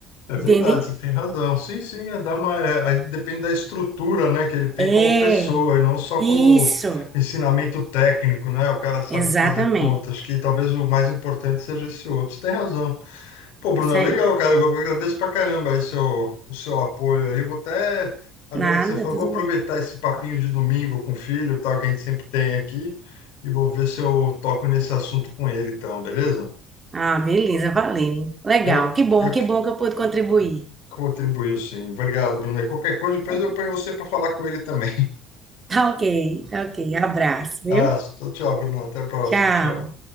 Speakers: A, on the left; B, on the right.
A: É
B: Entende?
A: verdade, você tem razão. Sim, sim, é dar uma, é, aí depende da estrutura, né, que ele tem
B: É,
A: como pessoa, e não só
B: isso,
A: como ensinamento técnico, né? O cara sabe
B: exatamente.
A: fazer conta. Acho que talvez o mais importante seja esse outro. Você tem razão. Pô, Bruno,
B: Isso aí.
A: legal, cara. Eu agradeço pra caramba aí seu, o seu apoio aí. Vou até, agora
B: Nada,
A: que você falou,
B: tudo
A: vou aproveitar
B: bem.
A: esse papinho de domingo com o filho, e tal, que a gente sempre tem aqui, e vou ver se eu toco nesse assunto com ele, então, beleza?
B: Ah, beleza, valeu. Legal,
A: Eu,
B: que bom,
A: eu
B: que
A: que
B: bom que eu pude contribuir.
A: contribuo, sim. Obrigado, Bruno. E qualquer coisa, depois
B: Então,
A: eu ponho você para falar com ele também. <laughs>
B: Tá ok, tá ok. Abraço, viu?
A: Ah, tchau, Bruno. Até a próxima.
B: Tchau.
A: Tchau.